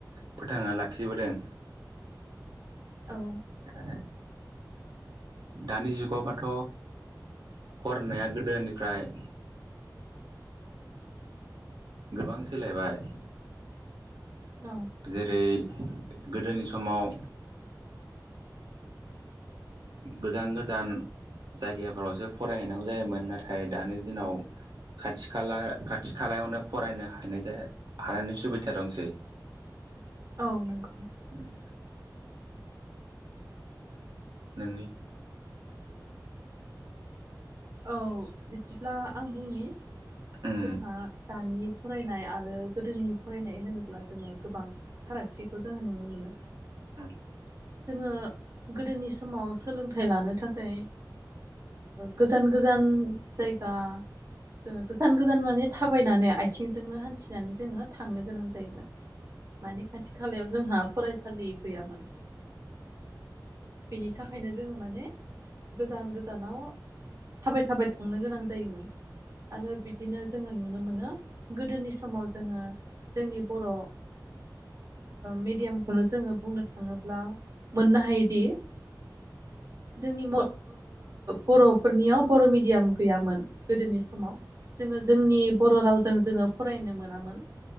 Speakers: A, on the right; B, on the right.
A: फोथांना लाखिबोदों
B: औ
A: आरो दानि जुगावबाथ' फरायनाया गोदोनिफ्राय गोबां सोलायबाय
B: औ
A: जेरै गोदोनि समाव गोजान गोजान जायगाफोरावसो फरायहैनांगौ जायोमोन नाथाय दानि दिनाव खाथि खाला खाथि खालायावनो फरायनो हानाय हानायनि सुबिदा दंसै
B: औ नंगौ
A: उम नोंनि
B: औ बिदिब्ला आं बुंनि
A: उम
B: जोंहा दानि फरायनाय आरो गोदोनि फरायनाय होनोब्ला जोङो गोबां फारागथिखौ जोङो नुनो मोनो
A: औ
B: जोङो गोदोनि समाव सोलोंथाइ लानो थाखाय गोजान गोजान जायगा जोङो गोजान गोजान माने थाबायनानै आथिंजोंनो हान्थिनानै जोङो थांनो गोनां जायोमोन माने खाथि खालायाव जोंहा फरायसालि गैयामोन बेनि थाखायनो जोङो माने गोजान गोजानाव थाबाय थाबाय थांनो गोनां जायोमोन आरो बिदिनो जोङो नुनो मोनो गोदोनि समाव जोङो जोंनि बर' मेडियामखौनो जोङो बुंनो थाङोब्ला मोननो हायोदि जोंनि बर'फोरनियाव बर' मिडियाम गैयामोन गोदोनि समाव जोङो जोंनि बर' रावजों जोङो फरायनो मोनामोन